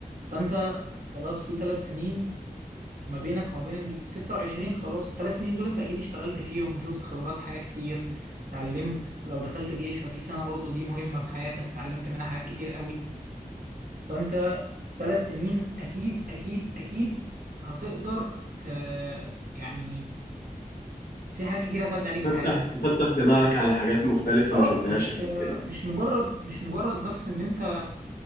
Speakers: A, on the right (about 70°); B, on the left (about 80°).
A: فأنت خلاص في ثلاث سنين ما بينك وما بين ال 26 خلاص الثلاث سنين دول أنت أكيد اشتغلت فيهم وشفت خبرات حياة كتير اتعلمت لو دخلت جيش ففي سنة برضو دي مهمة في حياتك اتعلمت منها حاجات كتير قوي فأنت ثلاث سنين اكيد اكيد اكيد هتقدر ت... يعني في حاجات كتير هتعدي عليك في
B: فتح
A: حياتك
B: فتح دماغك على حاجات مختلفة
A: اه
B: ما شفتهاش
A: مش
B: قبل كده
A: مش مجرد مش مجرد بس ان انت